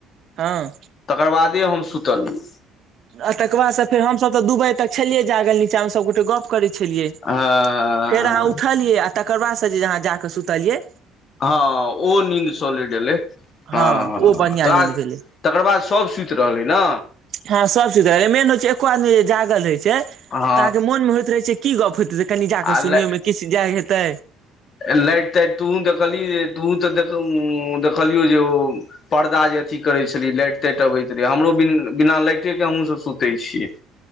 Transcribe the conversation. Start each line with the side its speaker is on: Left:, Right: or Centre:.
Right: हँ
Left: तकर बादे हम सुतलियै
Right: आ तकर बाद से फेर हमसभ तऽ दू बजे तक छलियै जागल नीचा मे सब गोटे गप की करै छलियै
Left: हँ
Right: फेर अहाँ उठऽलियै आ तकर बाद से जे अहाँ जाके सुतऽलियै
Left: हँ ओ नींन्द सोलिड एलै हँँ
Right: हँ ओ बढ़ियां
Left: त।
Right: नींद भेलै
Left: तकर बाद सभ सुइत रहलै न।
Right: हँ सब सुति रहलै मेन होय छै एको आदमी जे जागल रहय छै
Left: हँ
Right: त अहाँ के मन मे होइत रहे छै की गप होइत छै। कनि जाके
Left: आ
Right: सुनियो
Left: ला
Right: मे किछु जाय हेतै।
Left: लाइट ताइट तुहू देखलियै जे तोहूँ त देख देखलियौ जे ओ। पर्दा जे अथी करै छलियै लाइट ताइट अबैत रहै हमरो बिन बिना लाइटेके हमहूँसभ सुतै छियै।